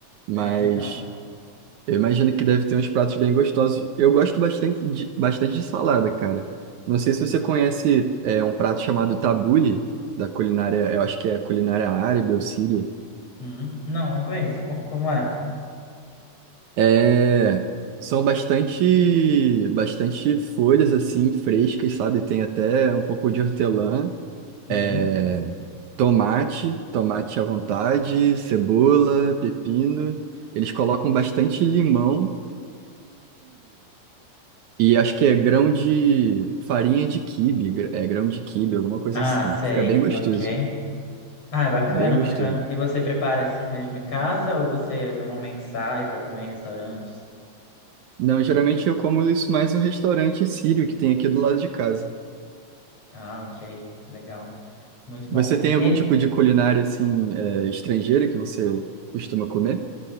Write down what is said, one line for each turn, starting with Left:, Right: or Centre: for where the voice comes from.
Right: Mas
Left: É, então.
Right: Eu imagino que deve ter uns pratos bem gostosos. Eu gosto bastante de, bastante de salada, cara. Não sei se você conhece é, um prato chamado tabule, da culinária, eu acho que é culinária árabe ou síria.
Left: Uhum. Não, não conheço. Co- como é?
Right: É, são bastante, bastante folhas assim frescas, sabe? Tem até um pouco de hortelã,
Left: Uhum.
Right: é, tomate, tomate à vontade, cebola, pepino. Eles colocam bastante limão E acho que é grão de farinha de quibe, gr- é grão de quibe, alguma coisa
Left: Ah,
Right: assim.
Left: sei.
Right: Fica bem gostoso,
Left: Ok. Ah, é bacana,
Right: bem
Left: bacana.
Right: gostoso.
Left: E você prepara assim mesmo em casa ou você normalmente sai para comer em restaurantes?
Right: Não, geralmente eu como isso mais no restaurante sírio que tem aqui do lado de casa.
Left: Ah, ok. Legal. Muito bom.
Right: Você tem
Left: E,
Right: algum
Left: aí,
Right: tipo de culinária assim é, estrangeira que você costuma comer?